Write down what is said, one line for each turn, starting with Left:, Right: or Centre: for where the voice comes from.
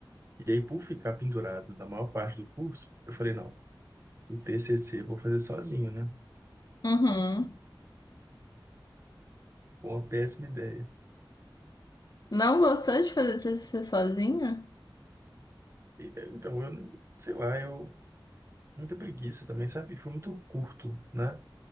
Right: E aí, por ficar pendurado na maior parte do curso, eu falei, não, o TCC eu vou fazer sozinho, né?
Left: Uhum.
Right: Uma péssima ideia.
Left: Não gostou de fazer TCC sozinho?
Right: E, eh, Então, eu, não- sei lá, eu, muita preguiça também, sabe? Foi muito curto, né?